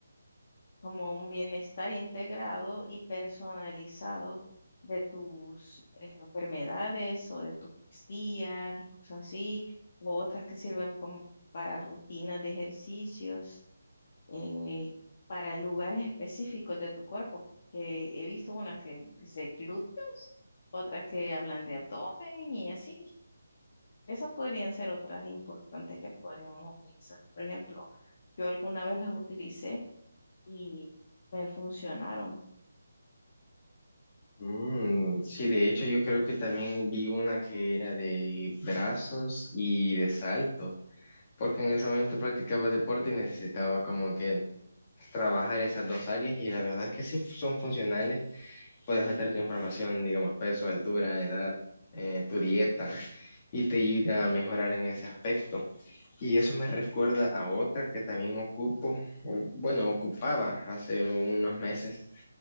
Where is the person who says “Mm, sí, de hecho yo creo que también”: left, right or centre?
Left